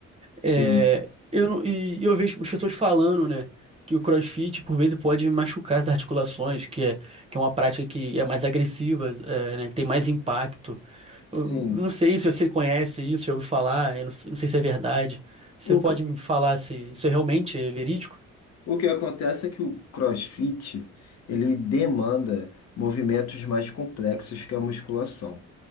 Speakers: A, on the left (about 60°); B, on the right (about 20°).
A: Sim,
B: É, eu não- e eu vejo as pessoas falando, né, que o CrossFit por vezes pode machucar as articulações, que é, que é uma prática que é mais agressiva, é, né, que tem mais impacto. Eu
A: sim.
B: não sei se você conhece isso, já ouviu falar, eu não, não sei se é verdade. Você
A: O,
B: pode
A: cro-
B: me falar se isso é realmente é verídico?
A: o que acontece é que o CrossFit, ele demanda movimentos mais complexos que a musculação.